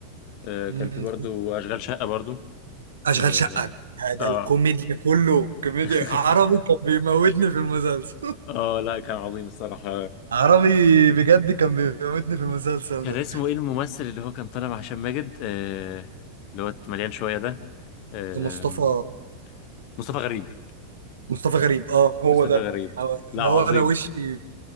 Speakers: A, on the left; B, on the right.
A: آه
B: مم.
A: كان في برضو اشغال شقة برضو
B: اشغال
A: اه,
B: شقه
A: آه
B: ده الكوميديا كله كوميديا
A: <laughs>
B: عربي كان بيموتني في المسلسل <laughs>
A: اه لا كان عظيم الصراحة
B: عربي بجد كان بيموتني في المسلسل
A: كان
B: ده
A: اسمه ايه الممثل اللي هو كان طالع مع هشام ماجد آه اللي هو مليان شوية ده آه
B: مصطفى
A: مصطفى غريب
B: مصطفى غريب اه هو
A: مصطفى
B: ده
A: غريب
B: أو-
A: لا
B: اللي
A: عظيم
B: هو انا وشي